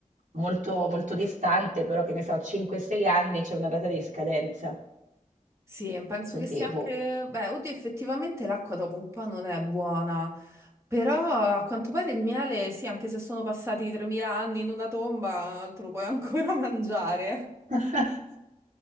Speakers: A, on the right; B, on the right.
A: molto, molto distante, però che ne so, 5-6 anni c'è una data di scadenza.
B: sì, penso
A: Quindi,
B: che sia
A: boh.
B: anche... Beh, oddio, effettivamente l'acqua dopo un po' non è buona, però a quanto pare il miele, sì, anche se sono passati 3000 anni in una tomba, te lo puoi ancora <laughs> mangiare.
A: <laughs>